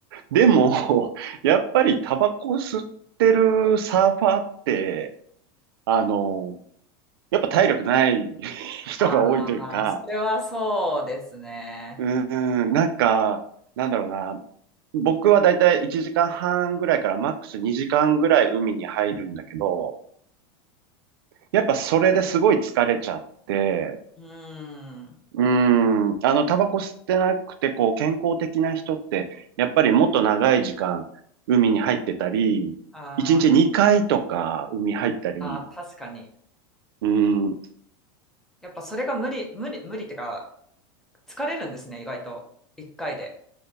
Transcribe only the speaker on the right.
でも、<laughs> やっぱりタバコ吸ってるサーファーって、あのーやっぱ体力ない <laughs> 人が多いというか、
うーん、なんか、なんだろうな、僕はだいたい1時間半ぐらいからマックス2時間ぐらい海に入るんだけど、やっぱそれですごい疲れちゃって、
うーん、あの、タバコ吸ってなくて、こう、健康的な人って、やっぱりもっと長い時間海に入ってたり、
1日2回とか海入ったり、
うーん、